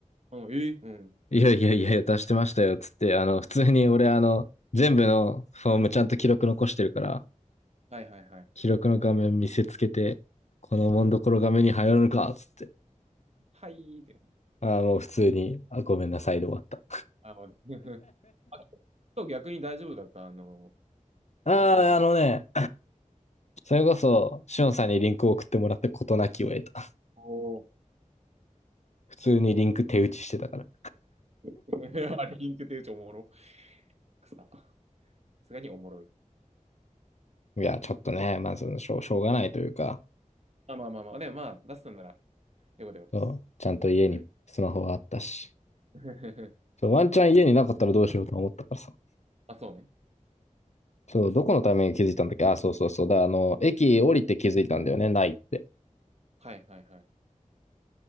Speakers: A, on the right; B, on the left.
A: うん、えーうん。
B: いやいやいやいや、出してましたよ、つって、あの、普通に俺、あの、全部のフォームちゃんと記録残してるから、
A: はいはいはい。
B: 記録の画面見せつけて、このもんどころが目に入らぬか、
A: うん。
B: つって。
A: はいーって。
B: あーもう普通に、あ、ごめんなさいで終わった。
A: あ、<laughs> あ、ちょっと逆に大丈夫だった。あの、
B: <laughs> ああ、
A: 忘れた。
B: あのね、それこそ、しおんさんにリンクを送ってもらって事なきを得た。
A: お
B: <laughs> 普通にリンク手打ちしてたから。
A: ー <laughs> あれ、リンク手帳おもろ。くさ。さすがにおもろい。
B: いや、ちょっとね、まあ、そのしょう、しょうがないというか、
A: まあ、まあまあまあ。でもまあ、出すんなら、よかったよかったです。
B: そうちゃんと家にスマホがあったし、
A: うん。<laughs>
B: そうワンチャン家になかったらどうしようと思ったからさ。
A: あ、そうね。
B: そう、どこのタイミングで気づいたんだっけあ、そうそうそう。だ、あの、駅降りて気づいたんだよね、ないって。
A: はいはいはい。